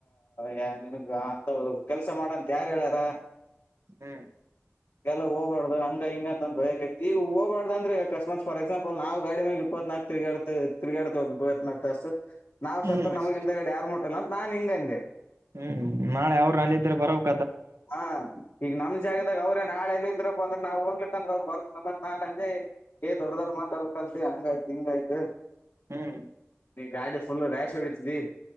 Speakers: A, on the left; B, on the right.
A: ಯ <unintelligible> ನನ್ಗ್ ಅಂತ ಕೆಲ್ಸ ಮಾಡಂತ ಯಾರು ಹೇಳ್ಯಾರ
B: ಹ್ಮ್
A: ಎಲ್ಲ ಹೋಗಬಾರ್ದು ಹಂಗ ಹಿಂಗ ತಿ ಓ <unintelligible> ಅಸ್ಮತ್ಫಾರ್ ಎಸಾಲ್ <unintelligible> ನಾವು ಗಾಡಿ ಮಗೆ ಇತ್ನಾಕು <unintelligible> ತಿರಿಗಡ್ತ ತಿಗಡಯತ್ನ ಆಗ್ತಾ ನಾವ
B: ಹ್ಮ್
A: ಸತ್ರ ನಮಗಿಂದಗಡೆ ಯಾರ <unintelligible> <unintelligible> ನಾನ್ ಹಿಂಗಂದೆ
B: ಹ್ಮ್ ನಾಳೆ ಅವ್ರ ಅಲ್ಲಿ ಇದ್ರೆ ಬರೋ <unintelligible>
A: ಹಾ ಈಗ ನಮ್ ಜಾಗದಾಗ ಅವ್ರ ನಾಳೆ ಎಲ್ಲ ಇದ್ರಪ್ಪ ಅಂದ್ರ ನಾವು ಹೋಗ್ಕ ಅಂದ್ರ ಅವ್ ಬರ್ತಮ್ಮಂತ ಏ ದಡ್ಡ ದೊಡ್ ಮಾತಾ ಕಲ್ತಿ ಹಂಗ ಆಯ್ತ ಹಂಗಾಯ್ತು
B: ಹ್ಮ್
A: ನೀ ಗಾಡಿ ಫುಲ್ ರ್ಯಾಶ್ ಹೊಡತಿ